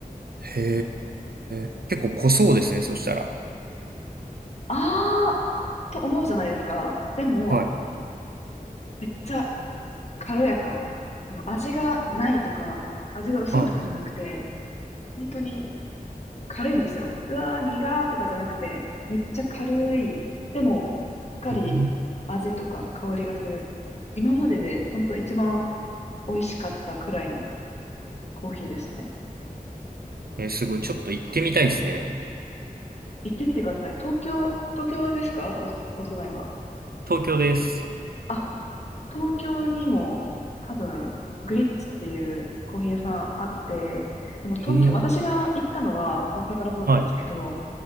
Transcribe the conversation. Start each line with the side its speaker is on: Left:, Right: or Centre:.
Right: へえ。結構濃そうですね、そしたら。
Left: あーと思うじゃないですか。でも、
Right: はい。
Left: めっちゃ軽やか。あの、味がないとか、味が薄いとかじゃなくて、
Right: はい。
Left: 本当に軽いんですよ。うわー、苦ーとかじゃなくて、めっちゃ軽い。でも、しっかり味とか香りがする。
Right: うん
Left: 今までで本当一番美味しかったくらいのコーヒーでしたね。
Right: えすごい。ちょっと行ってみたいですね。
Left: 行ってみてください。東京、東京ですかお、お住まいは。
Right: 東京です。
Left: あ、東京にも多分、グリッチっていうコーヒー屋さんあって、でも東京、
Right: へえ。
Left: 私が行ったのは大阪の方なんですけど、
Right: はい。